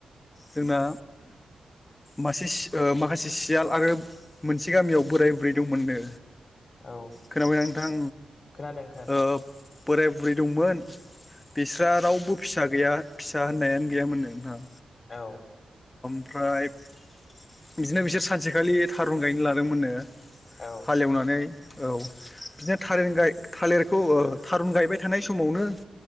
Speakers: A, on the left (about 30°); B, on the left (about 45°).
A: जोंना मासे ओ माखासे सियाल आरो मोनसे गामियाव बोराय बुरै दंमोननो
B: औ
A: खोनाबाय नोंथां
B: खोनादों खोनादों
A: ओ बोराय बुरै मोन बिस्रा रावबो फिसा गैया फिसा होननायानो गैयामोननो नोंथां
B: औ
A: ओमफ्राय बिबदिनो बिसोर सानसेखालि थारुन गायनो लादोंमोननो
B: औ
A: हालेवनानै औ बिदिनो थारुन गायबाय बाय थानाय समावनो